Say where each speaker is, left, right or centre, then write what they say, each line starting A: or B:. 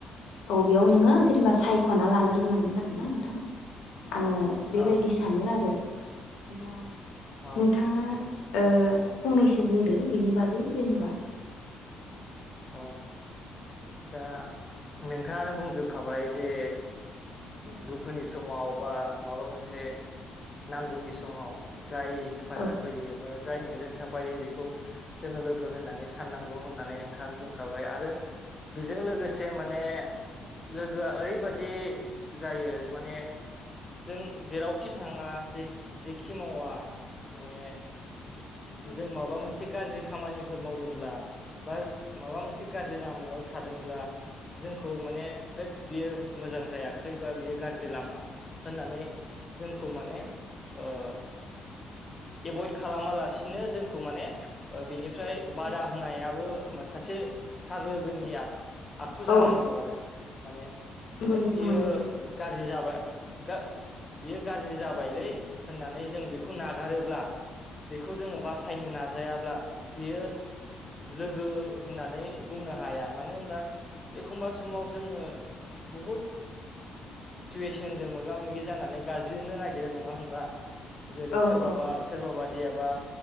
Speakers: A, on the left; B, on the left.
A: अबेयाव नोंङो जेनेबा साइ ख'ना लानो रोंनांगोन आरोना नोंथां आंङो बेबायदि
B: औ
A: सानो आरो। दा
B: औ
A: नोंथांआ ओ फंनैसो बुंदो बेनि बागै जेनेबा
B: ओ दा नोंथांआनो बुंजोबखाबाय जे
A: औ
B: दुखु नि समाव बा माबा मोनसे नांगौनि समाव जाय हेफाजाब
A: औ
B: होयो बा जाय नोंजों थाफायो बेखौ जोंङो लोगो होननानै साननांगौ होननानै नों थांआनो बुंखाबाय आरो बेजों लोगोसे माने लोगोआ ओरैबायदि जायो माने जों जेरावखि थांङा जेखि मावा माने
A: औ
B: जों माबा मोनसे गाज्रि खामानि फोर मावदोंब्ला बा माबा मोनसे गाज्रि लामायाव थादोंब्ला जोंखौ माने होद बियो मोजां जायाखै बा बियो गाज्रि लामा होननानै जोंखौ माने ओ एभयड खालामालासिनो जोंखौ माने बिनिफ्राय बादा
A: औ
B: होनायाबो सासे थार लोगोनि आखु जानांगौ
A: औ
B: आरो माने
A: नंगौ
B: है
A: नोंथां
B: बियो
A: नंगौ थारैनो
B: गाज्रि जाबाय गो बेयो गाज्रि जाबायलै होननानै जों बेखौ नागारोब्ला बेखौ जोंङो
A: औ
B: बासायनो नाजायाब्ला बेयो लोगो होननानै बुंनो हाया। मानो होनबा एखमबा समाव जोंङो बुहुद सिटुवेसनजों मोगा-मोगि जानानै गाज्लिनो नागिरो नङा होनबा। जेरै-
A: औ
B: सोरबाबा
A: औ
B: सोरबा बादिया बा